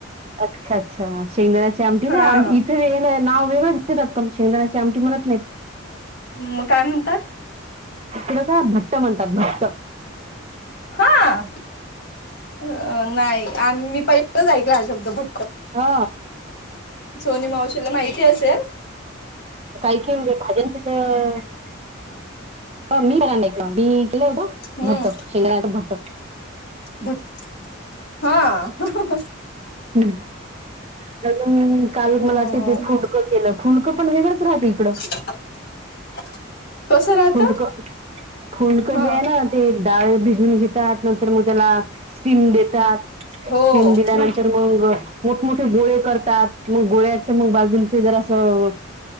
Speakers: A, on the right (about 30°); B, on the left (about 50°).
A: अच्छा अच्छा शेंगदाण्याची आमटी
B: ह
A: नई आवडली? ते नाव वेगळच दम शेंगदाण्याची आमटठी मणत नाहीत
B: मग काय म्हणतात
A: इ कडं का भट्ट म्हणतात भट्ट.
B: हा नाही आणि मी पहिलंच ऐकला हा शब्द बघ
A: हा
B: सोनी मावशीला माहिती असेल?
A: काय केन जा <unintelligible> मी करनला ऐकलं मी <unintelligible>
B: हम्म
A: भट्ट शिंगरेच्या भट्ट
B: भट हा हहह
A: हम्म अजून काल
B: हम्म
A: टीटी फूड केलं खुडं पण वेगंच राहत इकं
B: <inaudible> कसं राहत
A: फुंडक फुंडकं
B: हा
A: जे आहे ना ते डाळ भिजून घेतात नंतर म त्याला स्टीम देतात,
B: हो
A: स्टीम दिल्यानंतर
B: म
A: मंगळ मोठमोठे गोळे करतात मग गोळ्याच मग बाजूला ते जर असं